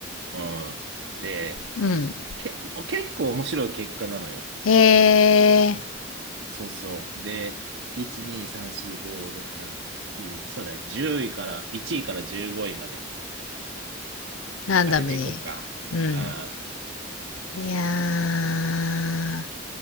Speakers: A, on the right; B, on the left.
A: うん。で、
B: うん。
A: け、結構面白い結果なのよ。
B: えー、
A: そうそう。で、1、2、3、4、5、6、7、9、そうだね。10位から、1位から15位まで
B: ランダムに。
A: 当てていこうか。
B: うん。
A: ああ。
B: いやー、